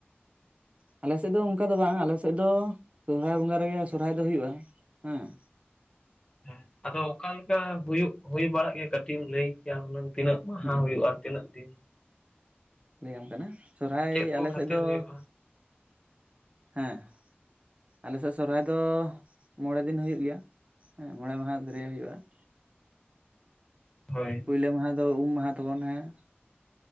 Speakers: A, on the right (about 30°); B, on the left (about 20°).
A: ᱟᱞᱮ ᱥᱮᱫ ᱫᱚ ᱚᱱᱠᱟ ᱫᱚ ᱵᱟᱝ ᱟᱞᱮ ᱥᱮᱫ ᱫᱚ ᱥᱚᱦᱚᱨᱟᱭ ᱵᱚᱸᱜᱟ ᱨᱮᱜᱮ ᱥᱚᱨᱦᱟᱭ ᱫᱚ ᱦᱩᱭᱩᱜᱼᱟ ᱦᱮᱸ ᱾
B: ᱦᱮᱸ ᱟᱫᱚ ᱚᱠᱟ ᱞᱮᱠᱟ ᱦᱩᱭᱩᱜ ᱦᱩᱭ ᱵᱟᱲᱟᱜ ᱜᱮᱭᱟ? ᱠᱟᱹᱴᱤᱡ ᱮᱢ ᱞᱟᱹᱭ ᱠᱮᱭᱟ ᱦᱩᱱᱟᱹᱝ ᱾ ᱛᱤᱱᱟᱹᱜ ᱢᱟᱦᱟ
A: ᱦᱩᱸ
B: ᱦᱩᱭᱩᱜᱼᱟ? ᱛᱤᱱᱟᱹᱜ ᱫᱤᱱ?
A: ᱞᱟᱹᱭ ᱟᱢ ᱠᱟᱱᱟ ᱥᱚᱨᱦᱟᱭ
B: ᱪᱮᱫ ᱠᱚ
A: ᱟᱞᱮ
B: ᱠᱷᱟᱹᱛᱤᱨ
A: ᱥᱮᱫ ᱫᱚ
B: ᱦᱩᱭᱩᱜᱼᱟ?
A: ᱼᱼ ᱦᱮᱸ ᱾ ᱟᱞᱮ ᱥᱮᱫ ᱥᱚᱨᱦᱟᱭ ᱫᱚ ᱢᱚᱬᱮ ᱫᱤᱱ ᱦᱩᱭᱩᱜ ᱜᱮᱭᱟ ᱦᱮᱸ ᱾ ᱢᱚᱬᱮ ᱢᱟᱦᱟ ᱫᱷᱩᱨᱭᱟᱹ ᱦᱩᱭᱩᱜᱼᱟ ᱾
B: ᱦᱳᱭ
A: ᱯᱳᱭᱞᱳ ᱢᱟᱦᱟ ᱫᱚ ᱩᱢ ᱢᱟᱦᱟ ᱛᱟᱵᱚᱱ ᱦᱮᱸ ᱾